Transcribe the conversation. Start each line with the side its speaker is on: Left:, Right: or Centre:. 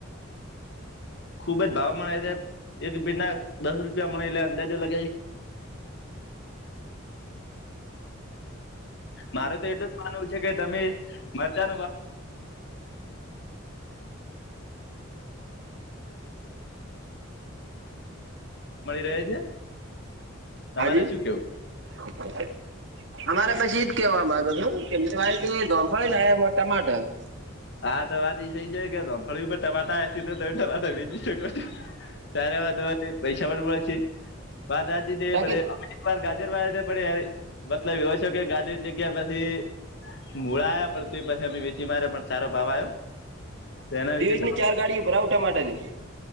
Left: ખુબ જ ભાવ મળે છે <unintelligible> <unintelligible> પૈસા મળશે મારે તો એટલું જ માનવું છે કે તમે <unintelligible> <unintelligible> <unintelligible> મળી રહે છે તમારે
Right: હાજી
Left: શું કેવું
Right: <inaudible> <unintelligible>
Left: <unintelligible> <unintelligible>
Right: બાકી
Left: <unintelligible> <unintelligible> તો એના
Right: <unintelligible>
Left: વિશે